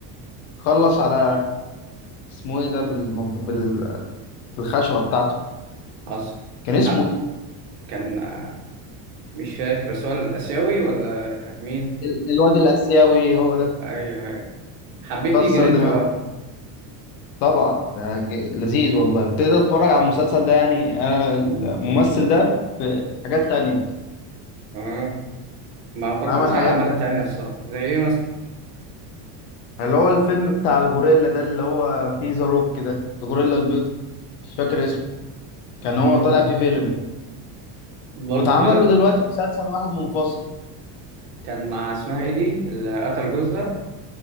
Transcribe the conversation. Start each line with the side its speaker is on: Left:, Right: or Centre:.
Left: خلص على اسمه ايه ده بالمنط... بال... بالخشبة بتاعته
Right: حصل
Left: كان اسمه
Right: حب
Left: إيه؟
Right: كان آه، مش فاكر بس هو الآسيوي ولا مين؟
Left: ال- الواد الآسيوي هو ده
Right: أيوه أيوه حبيت
Left: كسر
Right: نيجي أنت
Left: دماغه
Right: بقى
Left: طبعا ده ج- لذيذ والله ابتديت اتفرج على المسلسل ده يعني انا الممثل ده في حاجات تانية
Right: اه ما عبرتلوش
Left: عمل حاجات
Right: على أعمال
Left: تانية
Right: تانية الصراحة زي إيه مثلا؟
Left: اللي هو الفيلم بتاع الغوريلا ده اللي هو فيه ذا روك ده الغوريلا البيضاء مش فاكر اسمه كان هو
Right: امم
Left: طالع في فيلم
Right: برضه
Left: واتعمل
Right: فيلن
Left: له دلوقتي مسلسل واحد منفصل
Right: كان مع اسمها إيه دي اللي قتل جوزها؟